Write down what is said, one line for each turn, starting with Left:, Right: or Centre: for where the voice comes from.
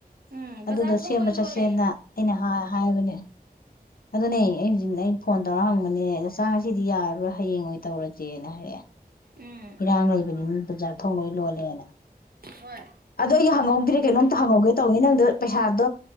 Right: ꯎꯝ
Left: ꯑꯗꯨꯗꯣ
Right: ꯕꯖꯥꯔ ꯊꯣꯡ
Left: ꯁꯦꯝꯕ
Right: ꯂꯣꯏ
Left: ꯆꯠꯁꯦꯅ
Right: ꯂꯣꯜꯂꯦ
Left: ꯑꯩꯅ ꯍꯥꯏ ꯍꯥꯏꯕꯅꯦ ꯑꯗꯨꯅꯦ ꯑꯩ ꯍꯧꯖꯤꯛ ꯑꯩ ꯐꯣꯟ ꯇꯧꯔ ꯍꯪꯕꯅꯦ ꯆꯥ ꯉꯁꯤꯗꯤ ꯌꯥꯔꯔꯣꯏ ꯍꯌꯦꯡꯉꯣꯏ ꯇꯧꯔꯁꯦꯅ ꯍꯥꯏꯔꯛꯑꯦ
Right: ꯎꯝ
Left: ꯏꯔꯥꯡ ꯂꯩꯕꯅꯤ ꯃꯤ ꯕꯖꯥꯔ ꯊꯣꯡ ꯂꯣꯏ ꯂꯣꯟ ꯂꯦꯅ
Right: ꯍꯣꯏ
Left: ꯑꯩ ꯍꯪꯍꯧꯗ꯭ꯔꯦ ꯀꯩꯅꯣꯝꯇ ꯍꯪꯍꯧꯒꯦ ꯇꯧꯅꯤ ꯅꯪꯗꯣ ꯄꯩꯁꯥꯗꯣ